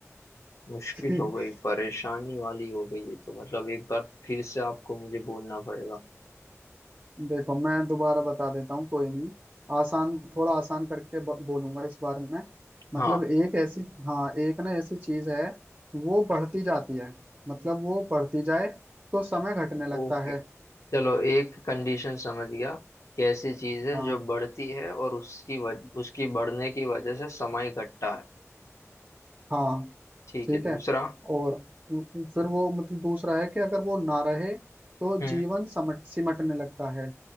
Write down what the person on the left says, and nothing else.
मुश्किल
हो गई परेशानी वाली हो गई ये तो मतलब एक बार फिर से आपको मुझे बोलना पड़ेगा
हाँ
ओके
चलो एक कंडीशन समझ गया कैसी चीज है
जो बढ़ती है और उसकी वज, उसकी बढ़ने की वजह से समय घटता है
ठीक
है दूसरा
हम्म